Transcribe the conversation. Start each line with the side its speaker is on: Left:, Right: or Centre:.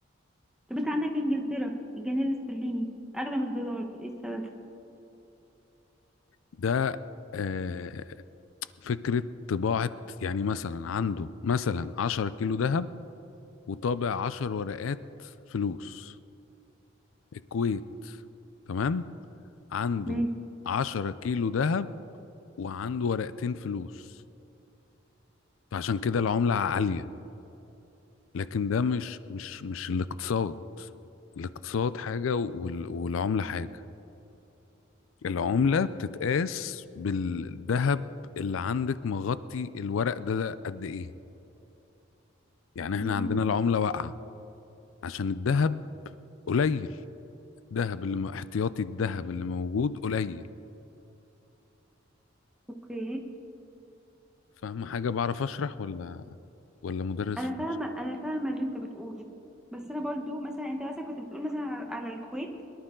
Centre: طب أنت صح عندك إنجلترا الجنيه الاسترليني أغلى من الدولار إيه السبب؟
Left: ده آه، فكرة طباعة يعني مثلا عنده مثلا 10 كيلو ذهب وطابع 10 ورقات فلوس الكويت تمام عنده
Centre: ماشي
Left: 10 كيلو ذهب وعنده ورقتين فلوس فعشان كده العملة عالية لكن ده مش مش مش الاقتصاد الاقتصاد حاجة وال- والعملة حاجة العملة بتتقاس بالذهب اللي عندك مغطي الورق ده, ده قد ايه يعني احنا
Centre: مم.
Left: عندنا العملة واقعة عشان الذهب قليل الذهب اللي م- احتياطي الذهب اللي موجود قليل
Centre: اوكي
Left: فاهم حاجة بعرف اشرح ولا ولا مدرس
Centre: انا
Left: في
Centre: فاهمه
Left: مصر؟
Centre: انا فاهمه اللي انت بتقوله بس انا برضو مثلا انت مثلا كنت بتقول مثلا على على الكويت